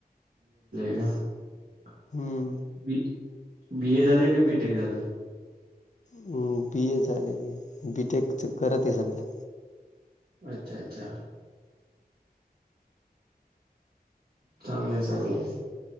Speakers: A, on the right; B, on the left.
A: <inaudible>
B: हम्म.
A: बी बी. ए. झालंय का बी-टेक झालंय.
B: हम बीए झालय, बीटेक च करत हे सध्या.
A: अच्छा-अच्छा. <inaudible> चांगलंय-चांगलंय.